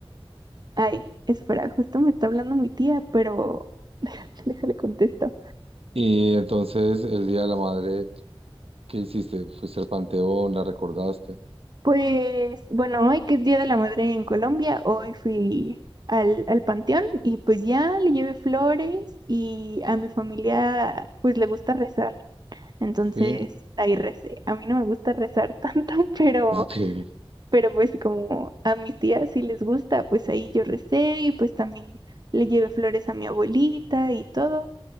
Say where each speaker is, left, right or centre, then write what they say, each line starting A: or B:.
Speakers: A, on the right; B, on the right.
A: ay, espera, justo me está hablando mi tía, pero <laughs> déjale contesto.
B: Y entonces el Día de la Madre, ¿qué hiciste? ¿Fuiste al panteón? ¿La recordaste?
A: Pues bueno, hoy que es Día de la Madre en Colombia, hoy fui al, al panteón y pues ya le llevé flores y a mi familia pues le gusta rezar, entonces
B: Sí.
A: ahí recé. A mí no me gusta rezar <laughs> tanto, pero,
B: ¿Por qué?
A: pero pues como a mis tías sí les gusta, pues ahí yo recé y pues también le llevé flores a mi abuelita y todo.